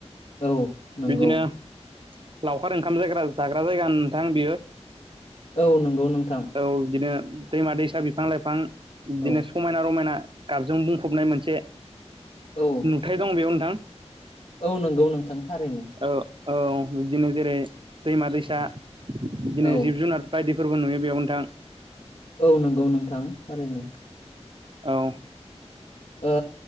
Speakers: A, on the left (about 60°); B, on the right (about 45°).
A: औ नंगौ।
B: बिदिनो लावखार ओंखाम जायग्रा ज जाग्रा जायगा नोंथां बियो
A: औ नंगौ नोंथां
B: औ बिदिनो दैमा दैसा बिफां लाइफां बिदिनो
A: औ
B: समायना रमायना गाबजों बुंफबनाय मोनसे
A: औ
B: नुथाय दं बेयाव नोंथां
A: औ नंगौ नोंथां थारैनो
B: औ औ बिदिनो जेरै दैमा -दैसा <unintelligible> दिनो
A: औ
B: जिब -जुनार बायदिफोरबो नुयो बेयाव नोथां
A: औ नंगौ नोंथां थारैनो
B: औ
A: ओ